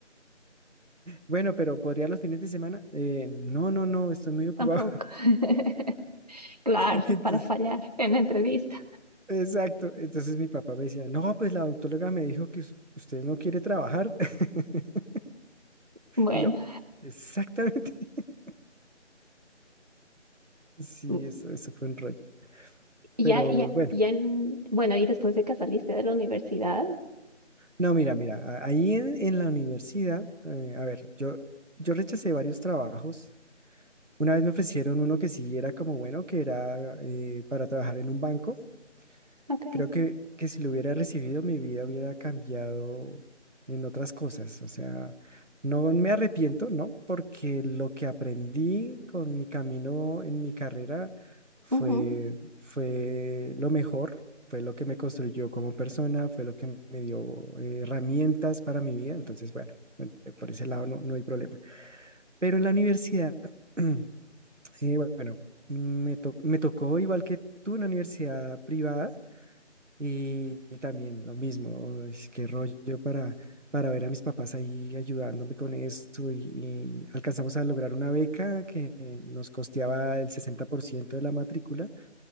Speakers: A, on the right; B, on the right.
A: Bueno, pero ¿podría los fines de semana? "Eh, no, no, no, estoy muy ocupado.
B: Tampoco. <laughs> Claro,
A: <laughs> Entonces,
B: para fallar en la entrevista.
A: exacto. Entonces mi papá me decía, no, pues la doctóloga me dijo que us- usted no quiere trabajar. <laughs>
B: Bueno,
A: Y yo, exactamente. <laughs> Sí,
B: mm,
A: eso, eso fue un rollo.
B: ya,
A: Pero
B: ya,
A: bueno,
B: ya, en- bueno, y después de que saliste de la universidad.
A: no, mira, mira, a- ahí en, en la universidad, eh, a ver, yo, yo rechacé varios trabajos Una vez me ofrecieron uno que sí era como bueno, que era eh, para trabajar en un banco.
B: Ok.
A: Creo que, que si lo hubiera recibido, mi vida hubiera cambiado en otras cosas. O sea, no me arrepiento, ¿no? Porque lo que aprendí con mi camino en mi carrera fue,
B: Ujú,
A: fue lo mejor, fue lo que me construyó como persona, fue lo que me dio eh, herramientas para mi vida. Entonces, bueno, bueno, por ese lado no, no hay problema. Pero en la universidad... <clears throat> Eh, bueno, me, to- me tocó igual que tú una universidad privada y, y también lo mismo, uy, qué rollo para, para ver a mis papás ahí ayudándome con eso y, y alcanzamos a lograr una beca que nos costeaba el 60% de la matrícula